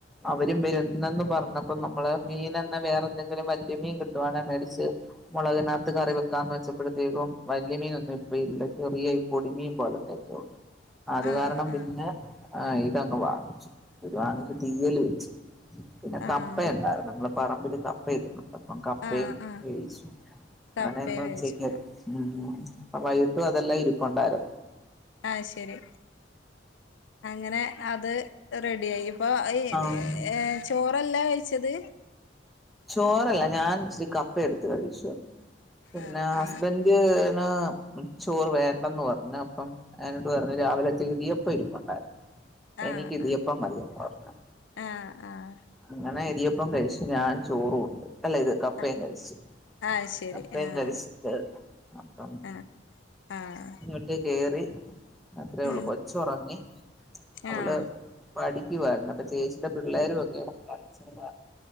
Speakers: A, in the centre; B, on the left.
A: അവരും വരുന്നുന്ന് പറഞ്ഞപ്പോ, നമ്മള് മീൻ തന്നെ വേറെ എന്തെങ്കിലും വലിയ മീൻ കിട്ടുവാണേ മേടിച്ച്. മോളകിനകത്ത് കറി വെക്കാന്ന് വെച്ചപ്പെഴ്ത്തേക്കും. വലിയ മീനൊന്നും ഇപ്പ ഇല്ല ചെറിയ ഈ പൊടിമീൻ പോലത്തെയ ഒക്കെ ഉള്ളു അത്
B: ആഹ്
A: കാരണം. പിന്നെ
B: ആഹ്
A: ആഹ് ഇതങ്ങ് വാങ്ങിച്ചു ഇത് വാങ്ങിച്ചു
B: ആഹ്
A: തീയ്യല് വെച്ചു പിന്നെ
B: ആഹ്
A: കപ്പണ്ടായിരുന്നു. മ്മളെ പറമ്പില് കപ്പ ഇരുന്നു അപ്പം കപ്പയും
B: ആഹ് ആഹ്
A: വേവിച്ചു. അങ്ങനെ
B: കപ്പയും
A: ന്ന്
B: വേവിച്ചു
A: ഉച്ചേക്ക്. ഉംമ് അപ്പ വൈകിട്ടും അതെല്ലാം ഇരിപ്പ്ണ്ടായിരുന്നു.
B: ഐ ശരി അങ്ങനെ. അത് റെഡി ആയി. ഇപ്പൊ ഏയ്
A: ആഹ്
B: ചോറല്ല കഴിച്ചത്.
A: ചോറല്ല ഞാൻ ഇച്ച് രി കപ്പ എടുത്ത് കഴിച്ചു. പിന്നെ
B: ആഹ്
A: ഹ്സ്
B: ആഹ്
A: ബന്റ് നു ചോറ് വേണ്ടന്ന് പറഞ്ഞു. അപ്പം അയ്നോട് പറഞ്ഞു രാവിലെത്തെ ഇടിയപ്പം ഇരിപ്പുണ്ടായിരുന്നു. എനിക്ക്
B: ആഹ്
A: ഇടിയപ്പം
B: ആഹ്
A: മതിയെന്ന് പറഞ്ഞു.
B: ആഹ് ആഹ്
A: അങ്ങനെ ഇടിയപ്പം കഴിച്ചു. ഞാൻ ചോറും ഉണ്ട്. അല്ല ഇത് കപ്പയും
B: ആഹ്
A: കഴിച്ചു.
B: ആഹ് ശരി
A: കപ്പയും
B: ആഹ്
A: കഴിച്ച്. അപ്പം
B: ആഹ് ആഹ്
A: ന്നിട്ട് കേറി അത്രേ
B: ഉം
A: ള്ളൂ കൊ ചോറങ്ങി അവള്
B: ആഹ്
A: പഠിക്കുവായിരുന്നു അപ്പൊ ചേച്ചിടെ പിള്ളേരും ഒക്കെ കളിച്ചിരുന്നു